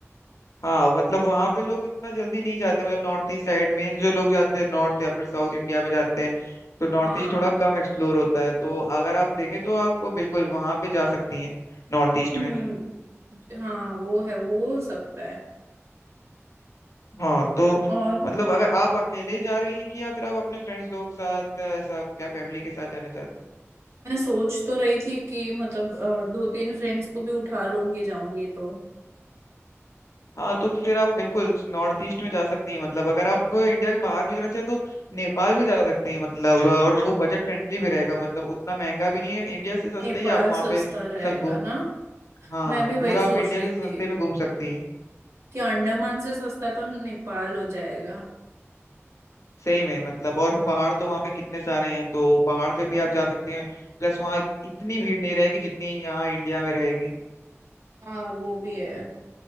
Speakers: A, on the left; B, on the right.
A: हाँ मतलब वहां पे लोग इतना जल्दी नहीं जाते मतलब नॉर्थ ईस्ट साइड में जो लोग जाते हैं नॉर्थ या फिर साउथ इंडिया में जाते हैं तो नॉर्थ
B: हाँ
A: ईस्ट थोड़ा कम एक्सप्लोर होता है तो अगर आप देखें तो आप बिल्कुल वहां पे जा सकती हैं नॉर्थ ईस्ट
B: हम्म
A: में
B: हाँ वो है वो हो सकता है
A: हाँ तो
B: और
A: मतलब अगर आप अकेले जा रही हैं कि या फिर आप अपने फ्रेंड्स लोग के साथ या ऐसा क्या फैमिली के साथ जाना चाहती हैं?
B: मैं सोच तो रही थी कि मतलब अ, दो तीन फ्रेंड्स को भी उठा लूंगी जाऊंगी तो
A: हाँ तो फिर आप बिल्कुल नॉर्थ ईस्ट में जा सकती हैं मतलब अगर आप इंडिया के बाहर भी जाना चाहें तो नेपाल भी जा सकती हैं मतलब और वो बजट फ्रेंडली भी रहेगा मतलब उतना महंगा भी नहीं है इंडिया से सस्ता
B: नेपाल
A: ही है। आप वहाँ
B: सस्ता
A: पे
B: रहेगा
A: सब घूम
B: ना
A: हाँ
B: मैं भी
A: पूरा
B: वही
A: आप
B: सोच
A: इंडिया
B: रही
A: से सस्ते
B: थी
A: में घूम सकती हैं
B: कि अंडमान से सस्ता तो नेपाल हो जाएगा
A: सही में मतलब और पहाड़ तो वहाँ पे कितने सारे हैं तो पहाड़ पे भी आप जा सकती हैं प्लस वहाँ इतनी भीड़ नहीं रहेगी जितनी यहाँ इंडिया में रहेगी
B: हाँ वो भी है